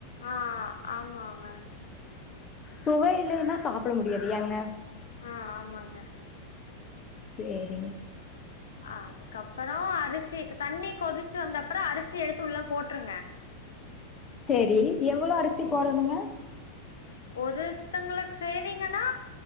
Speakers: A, on the left; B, on the left.
A: ஆ ஆமாங்க
B: சுவை இல்லனா சாப்பிட முடியாது ஏங்க
A: ஆ ஆமாங்க
B: சேரிங்க
A: அ அதுக்கப்பறோ அரிசிக் தண்ணி கொதிச்சு வந்தப்றோ அரிசி எடுத்து உள்ள போட்ருங்க
B: சேரி எவ்வளோ அரிசி போடணுங்க
A: ஒருத்தங்களுக்கு செய்வீங்கன்னா